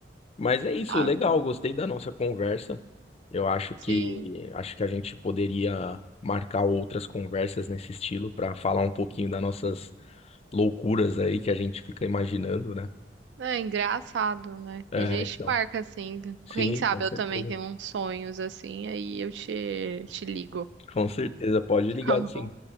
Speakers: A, on the left; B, on the right.
A: Mas é isso,
B: Ah,
A: legal, gostei da nossa conversa. Eu acho que
B: sim.
A: acho que a gente poderia marcar outras conversas nesse estilo para falar um pouquinho das nossas loucuras aí que a gente fica imaginando, né?
B: É engraçado, né?
A: É,
B: A gente
A: então.
B: marca assim.
A: Sim,
B: Quem sabe
A: com certeza.
B: eu também tenho uns sonhos assim, aí eu te, te ligo.
A: Com certeza, pode
B: <laughs>
A: ligar,
B: Tá
A: sim.
B: bom?